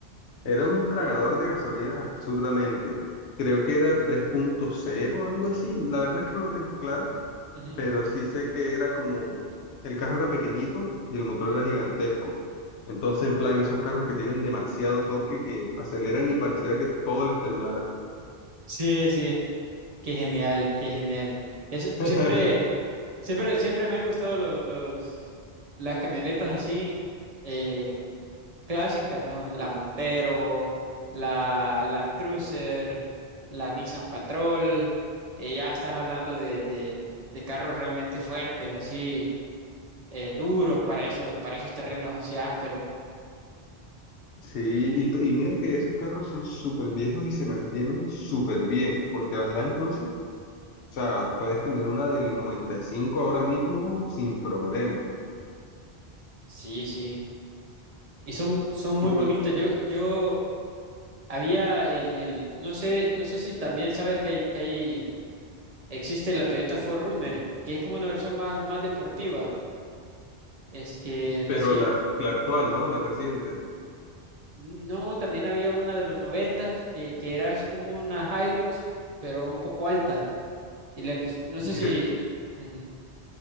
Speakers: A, on the left; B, on the right.
A: era un tragador de gasolina absurdamente. Creo que era tres punto cero algo así. La verdad es que no lo tengo claro,
B: Ujú.
A: pero sí sé que era como el carro era pequeñito y el motor era gigantesco. Entonces, en plan, esos carros que tienen demasiado torque que aceleran y pareciera que todo les temblara.
B: Sí, sí. Qué genial, qué genial. Eso,
A: <laughs>
B: siempre, siempre, siempre me han gustado lo- los, las camionetas así, eh, clásicas, ¿no? La Montero, la Land Cruiser, la Nissan Patrol. eh, ya estás hablando de, de- de carros realmente fuertes, así, eh, duros para esos, para esos terrenos así ásperos.
A: Sí, y, to- y mira que esos carros son súper viejos y se mantienen súper bien, porque las Line Cruiser, o sea, puedes tener una del 95 ahora mismo sin problema.
B: Sí, sí. Y son, son muy
A: Y por-
B: bonitas. Yo, yo había el, el, no sé, no sé si también sabes que hay, que hay Existe la Toyota Forerunner, que es como una versión más, más deportiva. Es que
A: pero
B: la 100
A: la, la actual, ¿no? La reciente.
B: no, también había una de los 90 que, que era así como una Hilux, pero un poco alta. Y le pues, no
A: Mira,
B: sé si, Ujú.